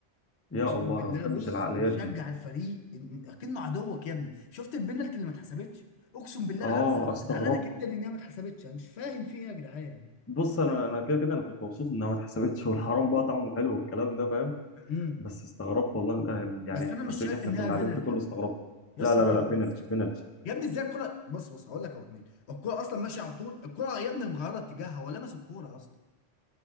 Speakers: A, on the left; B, on the left.
A: يا
B: اقسم
A: الله
B: بالله
A: انا ما بحبش
B: بص
A: العقليات
B: بيشجع
A: دي
B: الفريق إن- إن- اكنه عدوك يا ابني شفت البنالتي اللي ما اتحسبتش اقسم بالله
A: اه
B: العالم
A: استغربت
B: زعلانه جدا ان هي ما اتحسبتش انا مش فاهم في ايه يا جدعان
A: بص انا انا كده كده انا كنت مبسوط انها ما اتحسبتش والحرام بقى طعمه حلو والكلام ده فاهم
B: امم
A: بس استغربت والله الأهل يعني
B: بس
A: الكافيه
B: انا مش شايف
A: اللي احنا
B: ان
A: كنا
B: هي بنالتي
A: قاعدين فيه كله
B: يا اسطى
A: استغربنا
B: يا
A: لا
B: اسطى
A: لا لا لا
B: دي penalty.
A: بينالتي بينالتي
B: يا ابني ازاي الكرة بص بص هقول لك يا ابو حميد الكرة اصلا ماشية على طول الكرة يا ابني مغيرة اتجاهها هو لمس الكرة يا اسطى